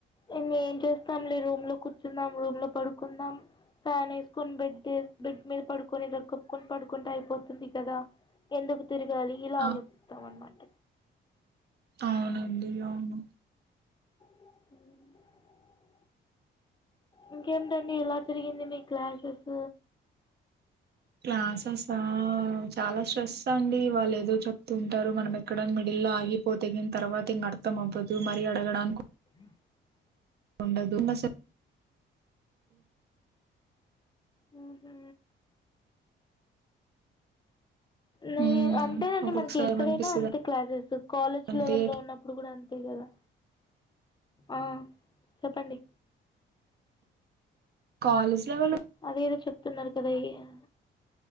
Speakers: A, on the left; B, on the right.
A: ఇంగ ఏం చేస్తాం లే రూమ్ లో కూర్చుందాం రూమ్ లో పడుకుందాం ఫ్యాన్ వేసుకొని బెడ్ బెడ్ మీద పడుకొని ఇలా కప్పుకుొని పడుకుంటే అయిపోతుంది కదా ఎందుకు తిరగాలి ఇలా
B: ఆ
A: ఆలోచిస్తాం అనమాట
B: అవునండి అవును
A: మ్ ఇంకేమిటండి ఏలా జరిగింది మీ క్లాసెస్
B: క్లాసెస్ా చాలా స్ట్రెస్ అండి వాళ్ళు ఏదో చెప్తుంటారు మనం ఎక్కడ మిడిల్ ల్లా ఆగిపోతేగిన తర్వాత ఇంగ అర్థం అవ్వదు మరీ అడగడాను
A: <inaudible>
B: ఉండదు అసలు
A: మ్ హు లే
B: ఉమ్
A: అంతెనండి
B: ఒక్కొక్కసారి
A: మనకి ఎక్కడైనా
B: ఏమనిపిస్తది
A: అంతే క్లాసెస్ కాలేజ్
B: అంటే
A: లెవెల్ లో ఉన్నప్పుడు కూడా అంతే కద్ ద ఆ చెప్పండి
B: కాలేజ్ లెవల్
A: అదే ఏదో చెప్తున్నారు కదా అ